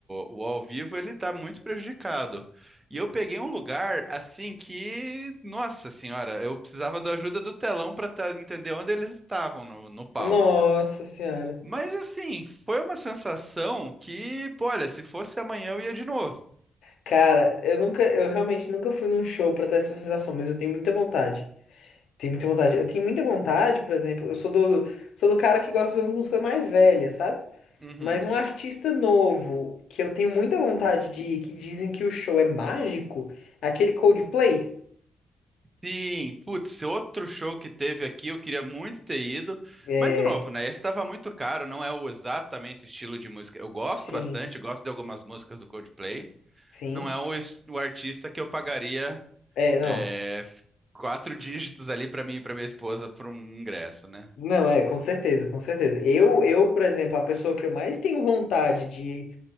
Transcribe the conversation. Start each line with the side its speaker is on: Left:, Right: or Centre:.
Right: o ao vivo ele tá muito prejudicado. E eu peguei um lugar assim que, nossa senhora, eu precisava da ajuda do telão para entender onde eles estavam no no palco.
Left: Nossa senhora.
Right: Mas assim, foi uma sensação que, pô, olha, se fosse amanhã eu ia de novo.
Left: Cara, eu nunca, eu realmente nunca fui num show pra ter essa sensação, mas eu tenho muita vontade. Tenho muita vontade. Eu tenho muita vontade, por exemplo, eu sou do, sou do cara que gosta de umas músicas mais velhas, sabe?
Right: Uhum.
Left: Mas um artista novo que eu tenho muita vontade de ir, que dizem que o show é mágico, é aquele Coldplay.
Right: Sim, putz, outro show que teve aqui, eu queria muito ter ido,
Left: É,
Right: mas de novo, né? Esse estava muito caro, não é o exatamente o estilo de música. Eu gosto
Left: sim,
Right: bastante, gosto de algumas músicas do Coldplay.
Left: sim.
Right: Não é o, es- o artista que eu pagaria
Left: É, não.
Right: é, quatro <laughs> dígitos ali para mim e para minha esposa por um ingresso, né?
Left: Não, é, com certeza, com certeza. Eu, eu, por exemplo, a pessoa que eu mais tenho vontade de